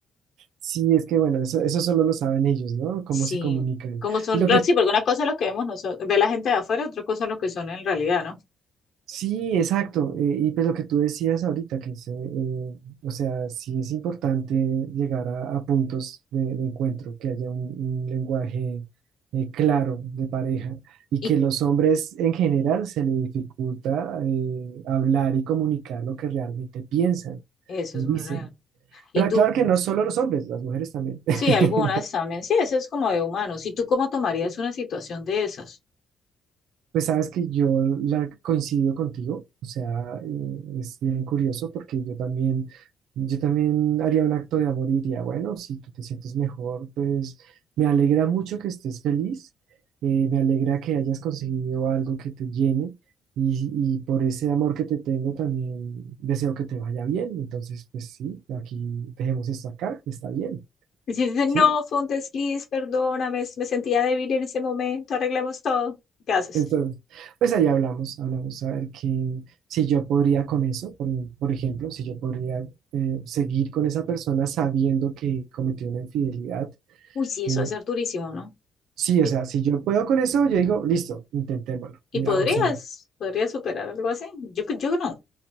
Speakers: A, on the right; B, on the left.
A: Sí, es que bueno, eso, eso solo lo saben ellos, ¿no? Cómo
B: Sí,
A: se comunican.
B: como son,
A: Y lo
B: los-
A: que,
B: sí, porque una cosa es los que vemos nosotros, ve la gente de afuera, otra cosa es lo que son en realidad, ¿no?
A: sí, exacto. eh, y pues lo que tú decías ahorita, que se, eh, o sea, sí es importante llegar a, a puntos de, de encuentro, que haya un, un lenguaje eh, claro de pareja y
B: Y
A: que los hombres en general se les dificulta eh, hablar y comunicar lo que realmente piensan
B: eso
A: y
B: es
A: dicen.
B: muy real. Y
A: Pero
B: tú,
A: claro que no solo los hombres, las mujeres también. <laughs>
B: sí, algunas también, sí, eso es como de humanos. ¿Y tú cómo tomarías una situación de esas?
A: Pues sabes que yo la coincido contigo, o sea, eh, es bien curioso porque yo también, yo también haría un acto de amor y diría, bueno, si tú te sientes mejor, pues me alegra mucho que estés feliz, eh, me alegra que hayas conseguido algo que te llene y, y por ese amor que te tengo también deseo que te vaya bien, entonces pues sí, aquí dejemos esto acá, está bien,
B: Y si dicen,
A: ¿sí?
B: no, fue un desliz, perdóname, s- me sentía débil en ese momento, arreglemos todo. ¿Qué haces?
A: Entonces, pues ahí hablamos, hablamos a ver que, si yo podría con eso, por, por ejemplo, si yo podría eh, seguir con esa persona sabiendo que cometió una infidelidad.
B: Uy, sí,
A: eh,
B: eso va a ser durísimo, ¿no?
A: sí,
B: Yo-
A: o sea, si yo puedo con eso, yo digo, listo, intentémoslo.
B: Y
A: Mira,
B: podrías,
A: vamos a ver.
B: podrías superar algo así. Yo, cre- yo no.